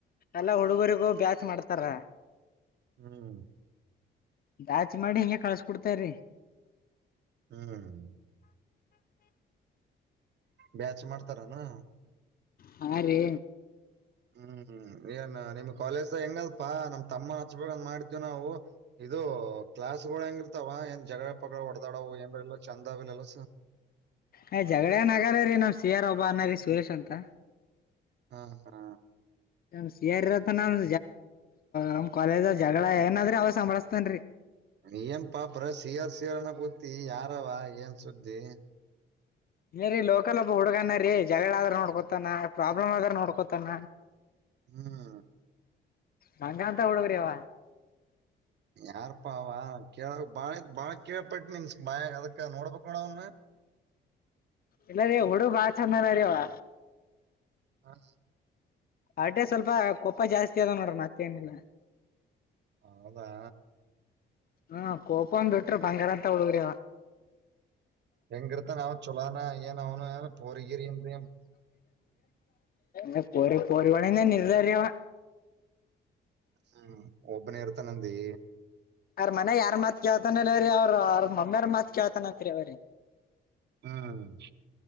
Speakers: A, on the left (about 50°); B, on the right (about 60°).
A: ಎಲ್ಲಾ ಹುಡುಗರಿಗೂ ಬ್ಯಾಚ್ ಮಾಡ್ತಾರ
B: ಹ್ಮ್
A: ಜಾಚ ಮಾಡಿ ಹಿಂಗಗೆ ಕಳ್ಸ್ಕೊಡ್ತ್ರಿ
B: ಹ್ಮ್ ಬ್ಯಾಚ್ ಮಾಡ್ತಾರನು
A: ಹಾ ರೀ
B: ಹ್ಮ್ ಹ್ಮ್ ಏನ್ ನಿಮ್ ಕಾಲೇಜ್ದ ಹೆಂಗಪ್ಪಾ ನಮ್ ತಮ್ಮ ಹಚ್ಬಂದ ಮಾಡ್ತವಿ ನಾವು ಇದು ಕ್ಲಾಸ್ ಗಳು ಹೆಂಗ ಇರ್ತಾವ ಏನ್ ಜಗಳ ಪಗಳ ಹೊಡದಾಡವು ಏನ್ ಚಂದಿಲ್ಲಲ್
A: ಆನು ಜಗಳ ನಗರ್ರೀ ನಮ್ ಸಿಆರ್ ಒಬ್ಬ ಅನ್ನರಿ ಸುರೇಶ್ ಅಂತ
B: ಹಾ ಹಾ
A: ನ ಸರ್ ಇರತ್ತ ನಮ ನಮ್ ಕಾಲೇಜ ಜಗಳ ಏನಾದ್ರಿ ಅವಾಗ ಸಂಭಳಸ್ತನ್ ರೀ
B: ಏನ್ ಪಾಪ್ರ ಸಿಯಾರ್ ಸಿಯರ್ನ ಕೂತಿ ಯಾರವ ಏನ್ ಸುದ್ದಿ
A: ಏ ರೀ ಲೋಕಲ್ ಒಬ್ಬ ಹುಡುಗನ ರೀ ಜಗಳ ಆದ್ರ ನೋಡ್ಕೊತಾನ ಪ್ರಾಬ್ಲಮ್ ಆದ್ರ ನೋಡ್ಕೊತಾನ
B: ಹ್ಮ್
A: ನಂಗ ಅಂತ ಹುಡುಗ್ರಿವ
B: ಯಾರ್ ಪಾವ ಕೇಳ ಬಾಳ ಬಾಳ ಕೇಳ್ಪಟ್ ಮೀನ್ಸ್ ಬಾಳ ಅದಕ್ ನೋಡ್ಬಕ್ ನೋಡ ಅವನ <inaudible>
A: ಇಲ್ಲ ರೀ ಹುಡು ಬಾಳ ಚಂದನ ರೀವಾ
B: ಹಾ
A: ಅಟೆ ಸ್ವಲ್ಪ ಕೊಪ್ಪ ಜಾಸ್ತಿ ಅದಾವ ನೋಡ್ರಿ ಮತ್ತೆ ಏನಿಲ್ಲ
B: ಹೌದಾ
A: ಹ್ಮ ಕೋಪಂದ ಬಿಟ್ರ ಬಂಗಾರ ಅಂತ ಹುಡುಗ್ರವ
B: ಹೆಂಗರುತ ಅವ ಚಲೋಾನ ಏನ್ ಅವನುಏರ್ಗರಿ ಅಂತ
A: ರಿ ಪರಿವಣಿಂದ ನಿರ್ಧಾರ್ಯ
B: ಹ್ಮ್ ಒಬ್ಬನೇ ಇರ್ತ ನಂದಿ
A: ಅವ್ರ ಮನ ಯಾರ್ ಮತ್ ಕೇಳ್ತಾನಲ ಅವ್ರೀ ಅವ್ರರು ಅವ್ರ ಮೊಮ್ಮಿಾರ್ ಮತ್ ಕೇಳ್ತಾನತ್ರಿ ಅವ್ರರಿ
B: ಹ್ಮ್